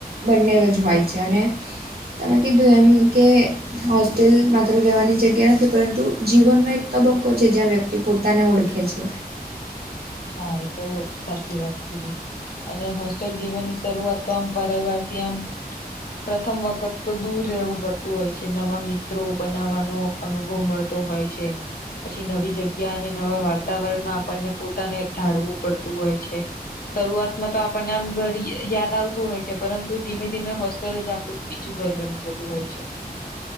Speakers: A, on the right (about 70°); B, on the left (about 65°).
A: બંને જ હોય છે, અને તમેકી દૂ એમ કે હોસ્ટેલ માત્ર રહેવાની જગ્યા નથી પરંતુ જીવનનો એક તબક્કો છે, જ્યાં વ્યક્તિ પોતાને ઓળખે છે.
B: હા એ તો સાચી વાત થઈ ગ અને હોસ્ટેલ જીવનની શરૂઆત તો આમ પવાર થી આમ પ્રથમ વખત તો દૂર રહેવું પડતું હોય છે, નવા મિત્રો બનાવવાનો અનુભવ મળતો હોય છે, પછી નવી જગ્યા અને નવા વાર્તાવરણમાં આપણને પો પોતાને ઢાળવું પડતું હોય છે. શરૂઆતમાં તો આપણને આમ ઘર યાદ આવતું હોય છે પરંતુ ધીમે ધીમે હો લ જ આપડું બીજું ઘર બની જતું હોય છે.